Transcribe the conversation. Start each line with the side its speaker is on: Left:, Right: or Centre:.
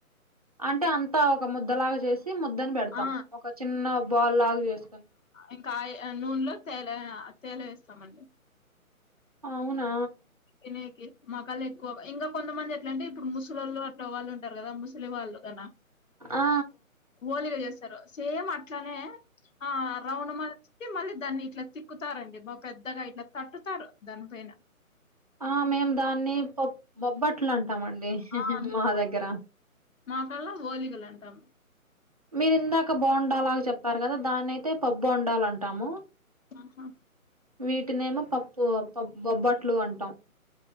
Right: అంటే అంతా ఒక ముద్దలాగా చేసి ముద్దని పెడతాం
Left: ఆ!
Right: ఒక చిన్న బాల్ లాగా చేసుకుని
Left: ఇంకాయ నూనెలో తేనే ఆ తేనే వేస్తామండి
Right: అవునా
Left: తినయకి మాకాలు ఎక్కువ ఇంకా కొంతమంది ఎట్లంటే ఇప్పుడు ముసల్లోళ్ళు అట్లా వాళ్ళు ఉంటారు కదా ముసలి వాళ్ళు కన
Right: ఆ
Left: ఓలిగా చేస్తారు సేమ్ అట్లనే ఆ రౌండ్ మ కి మళ్ళీ దాన్ని ఇట్లా తిక్కుతారండి బా పెద్దగా ఇట్లా తట్టుతారు దానిపైన
Right: ఆ మేం దాన్ని పప్ బొబ్బట్లు అంటాం అండి
Left: ఆ మీకు
Right: మా దగ్గర
Left: మాకల్లా ఓలిగులు అంటాం
Right: మీరు ఇందాక బోండాలాగ చెప్పారు కదా దాని అయితే పప్ప బోండాలు అంటాము
Left: ఆహా
Right: వీటిని ఏమో పప్పు పప్ బొబ్బట్లు అంటాం